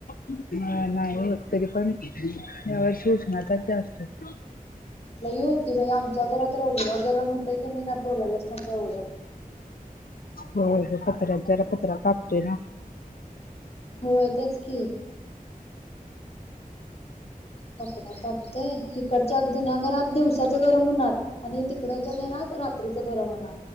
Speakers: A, on the left; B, on the left.
A: होय नाही होत तरी पण या वर्ष उष्णताच जास्त होती.
B: लई होती बाई आमच्या घरात तर एवढं गरम हुईत की नाही काय बोलायलाच नको एवढं
A: होय ग पत्रात जरा पत्रा तपतोय ना.
B: होय, तेच की. पत्रा तापतोय इकडच्या जुन्या घरात दिवसाचं गरम होणार. आणि तिकडच्या घरात रात्रीचं गरम होणार,